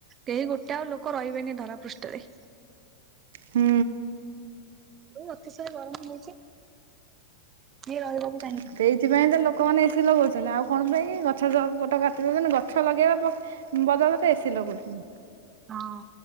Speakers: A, on the right; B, on the right.
A: କେହି ଗୋଟେ ଆଉ ଲୋକ ରହିବେନି ଏ ଧରା ପୃଷ୍ଠରେ।
B: ହୁଁ।
A: ଯୋଉ ଅତିଶୟ ଗରମ ହୋଉଚି କିଏ ରହିବ ମୁଁ
B: ତେ ଇଦ୍ ସେଥିପାଇଁ ତ ଲୋକମାନେ ଏସି ଲଗୋଉଚନ୍ତି ଆଉ କଣ ପାଇଁ କି ଗଛ ତ ପଟ କାଟି ଦୋଉଚନ୍ତି ଗଛ ଲଗେଇବା ପା ମ୍ ବଦଳରେ ତ ଏ ସି ଲଗୋଉଛନ୍ତି।
A: ହଁ